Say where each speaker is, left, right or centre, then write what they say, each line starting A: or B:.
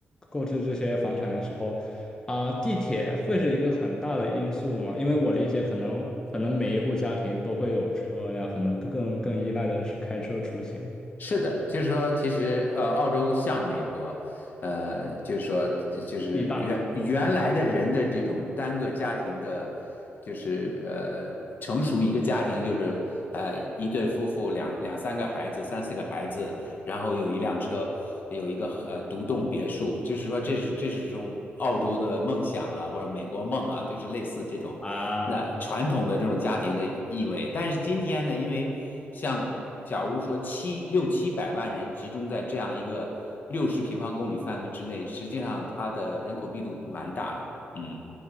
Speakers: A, on the left; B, on the left.
A: 购置这些房产的时候，啊、地铁会是一个很大的因素吗？因为我理解，可能可能每一户家庭都会有车呀，可能更更更依赖的是开车出行。
B: 是的，就是说，其实呃，澳洲像美国，呃，就是说，就是原原来的人的这种单个家庭的，
A: 地大
B: 就是呃，成熟一个家庭就是呃，一对夫妇两两三个孩子，三四个孩子，然后有一辆车，有一个呃独栋别墅，就是说这是这是这种澳洲的梦想了，或者美国梦啊，就是类似这种那传统的这种家庭的意味。
A: 啊，
B: 但是今天呢，因为像。假如说七六七百万人集中在这样一个六十平方公里范围之内，实际上它的人口密度蛮大的。嗯，